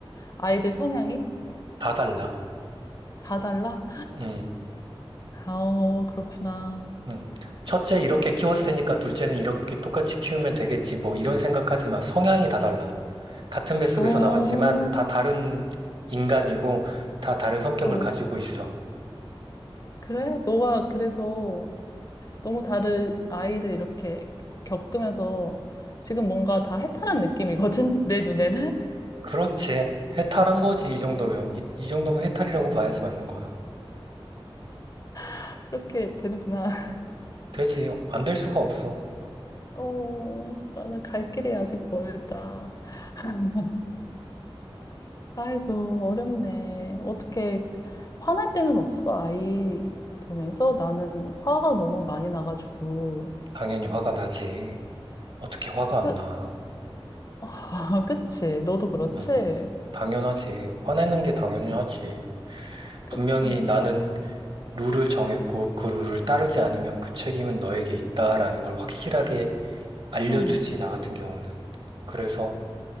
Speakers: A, on the left; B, on the right.
A: 아이들 성향이?
B: 다 달라.
A: 다 달라?
B: 음,
A: 어, 그렇구나.
B: 음. 첫째 이렇게 키웠으니까 둘째는 이렇게 똑같이 키우면 되겠지. 뭐 이런 생각하지 마. 성향이 다 달라. 같은 뱃속에서
A: 어,
B: 나왔지만 다 다른 인간이고 다 다른 성격을
A: 어,
B: 가지고 있어.
A: 그래? 너가 그래서 너무 다른 아이를 이렇게 겪으면서 지금 뭔가 다 해탈한 느낌이거든, <laughs> 내 눈에는.
B: 그렇지. 해탈한 거지, 이 정도면. 이, 이 정도면 해탈이라고 봐야지 맞는 거야.
A: <laughs> 그렇게 되는구나. <laughs>
B: 되지. 안 될 수가 없어.
A: 어, 나는 갈 길이 아직 멀다. <laughs> 아이고, 어렵네. 어떻게, 화날 때는 없어, 아이 보면서. 나는 화가 너무 많이 나가지고.
B: 당연히 화가 나지. 어떻게 화가 안
A: 그,
B: 나?
A: <laughs> 그치? 너도 그렇지?
B: 응, 당연하지. 화내는 게 당연히 하지.
A: 그,
B: 분명히
A: 응,
B: 나는 룰을 정했고 그 룰을 따르지 않으면 그 책임은 너에게 있다라는 걸 확실하게 알려주지,
A: 응,
B: 나 같은 경우는. 그래서